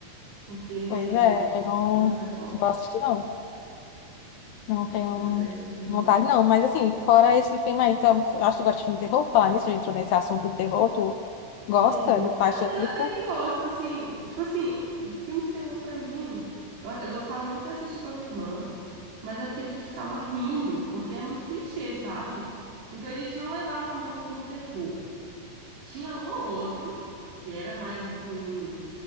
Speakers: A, on the right; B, on the left.
A: Porque,
B: Pois é, eu não
A: nossa, é forte.
B: vou assistir, não. Não tenho
A: Pois é, deixa eu ver.
B: vontade, não. Mas, assim, fora esse filme aí, então, eu acho que tu gosta de filme de terror. Falar nisso, a gente entrou nesse assunto de terror. Tu gosta
A: Terror.
B: do faz
A: Eu,
B: teu tipo?
A: eu até que gosto, assim. Tipo assim, filme de terror pra mim. Eu, eu gostava muito de assistir com a minha irmã, mas é porque a gente ficava rindo, porque é muito clichê, sabe? Então a gente não levava muito como terror. Tinha um ou outro que era mais assim.